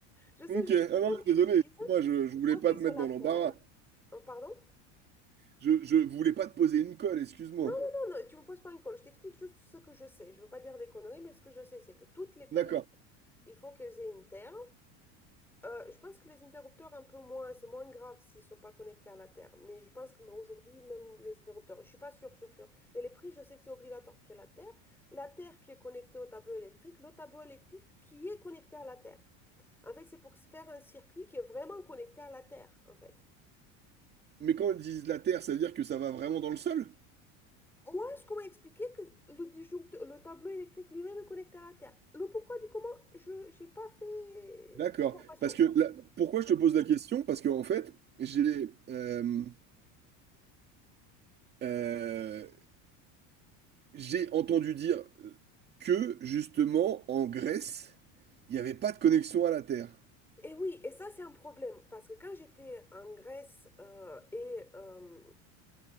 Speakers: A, in the centre; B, on the right.
A: Je sais
B: Ok,
A: juste que
B: ah non,
A: toutes
B: désolé,
A: les prises,
B: moi je, je voulais
A: faut
B: pas
A: qu'elles
B: te mettre
A: aient la
B: dans
A: Terre.
B: l'embarras.
A: Euh, pardon?
B: Je, je voulais pas te poser une colle, excuse-moi.
A: Non, non, non, non, tu me poses pas une colle. Je t'explique juste ce que je sais. Je veux pas dire des conneries, mais ce que je sais, c'est que toutes les prises,
B: D'accord.
A: il faut qu'elles aient une Terre. Euh, je pense que les interrupteurs, un peu moins, c'est moins grave s'ils ne sont pas connectés à la Terre. Mais je pense qu'aujourd'hui, même les interrupteurs, je ne suis pas sûre, sûre, sûre. Mais les prix, je sais que c'est obligatoire qu'il y ait la Terre. La Terre qui est connectée au tableau électrique, le tableau électrique qui est connecté à la Terre. En fait, c'est pour se faire un circuit qui est vraiment connecté à la Terre, en fait.
B: Mais quand ils disent la terre, ça veut dire que ça va vraiment dans le sol?
A: Moi, ce qu'on m'a expliqué, que le disjoncteur- le tableau électrique lui-même est connecté à la Terre. Le pourquoi du comment, je n'ai pas fait
B: D'accord.
A: formation.
B: Parce que la- pourquoi
A: O-
B: je te pose la question? Parce que en fait, j'ai euh, euh, j'ai entendu dire que justement en Grèce, il n'y avait pas de connexion à la terre.
A: Et oui, et ça c'est un problème, parce que quand j'étais en Grèce, euh, et euh,